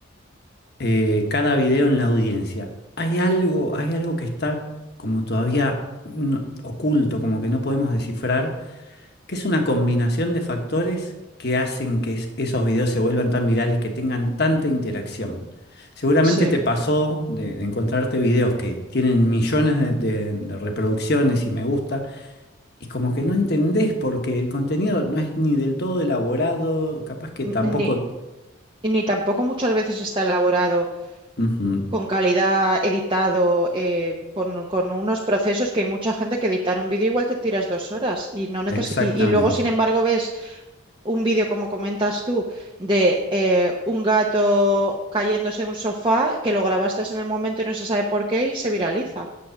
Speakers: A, on the left (about 50°); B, on the right (about 25°).
A: eh, cada video en la audiencia. Hay algo, hay algo que está como todavía no- oculto, como que no podemos descifrar, que es una combinación de factores que hacen que es- esos videos se vuelvan tan virales, que tengan tanta interacción. Seguramente
B: Sí.
A: te pasó de, de encontrarte videos que tienen millones de, de- de reproducciones y me gusta, y como que no entendés porque el contenido no es ni del todo elaborado, capaz que tampoco...
B: Ni, y ni tampoco muchas veces está elaborado
A: Ujú,
B: con calidad, editado, eh, con, con unos procesos que hay mucha gente que editar un vídeo igual te tiras dos horas y no neces-
A: exactamente.
B: y, y luego, sin embargo, ves un vídeo, como comentas tú, de eh, un gato cayéndose de un sofá que lo grabaste en el momento y no se sabe por qué y se viraliza.